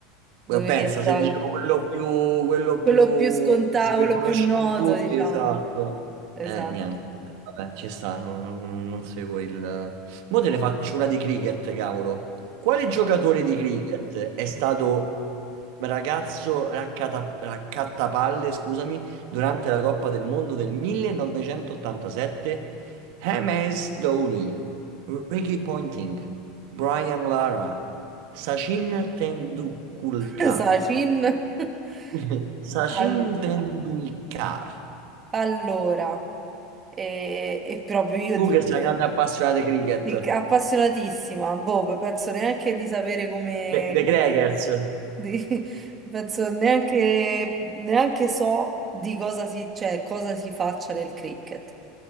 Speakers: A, on the right (about 65°); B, on the right (about 30°).
A: Eh,
B: Dovevi
A: Pensa,
B: andare
A: se dicevo
B: con
A: quello più, quello
B: quello
A: più
B: più scontato,
A: che
B: quello
A: conosciamo
B: più noto,
A: tutti,
B: diciamo.
A: esatto.
B: Esatto.
A: Eh, niente, vabbè, ci sta, no- no- no- non, seguo il... Mo te ne faccio una di cricket, cavolo. Quale giocatore di cricket è stato ragazzo raccata- raccattapalle, scusami, durante la Coppa del Mondo del 1987? James Dhoni, Ricky Ponting, Brian Lara. Sachin Tendulkar.
B: Sacin. <laughs>
A: <laughs> Sachin
B: Al-
A: Tendulkar.
B: allora, e, e proprio io
A: Tu
B: di,
A: che sei grande appassionato di cricket,
B: di- appassionatissima, boh, penso neanche di sapere come,
A: de- dei
B: come-
A: Crackers.
B: di- penso neanche, neanche so di cosa si, cioè, cosa si faccia nel cricket.